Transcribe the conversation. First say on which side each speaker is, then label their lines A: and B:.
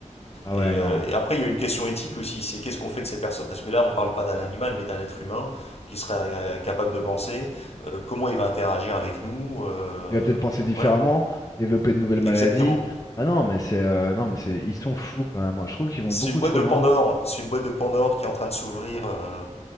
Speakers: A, on the left; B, on the left.
A: Ah
B: et,
A: ouais, non.
B: euh, et après il y a une question éthique aussi c'est qu'est-ce qu'on fait de ces personnes parce que là on ne parle pas d'un animal mais d'un être humain qui serait euh, capable de penser euh, comment il va interagir avec nous euh,
A: Tu vas peut-être penser différemment,
B: voilà
A: développer de nouvelles maladies.
B: exactement
A: Ah non, mais c'est euh, non, mais c'est ils sont fous quand même. hein. Je trouve qu'ils vont
B: C'est
A: beaucoup
B: une boîte
A: trop
B: de
A: loin.
B: Pandore. C'est une boîte de Pandore qui est en train de s'ouvrir. euh,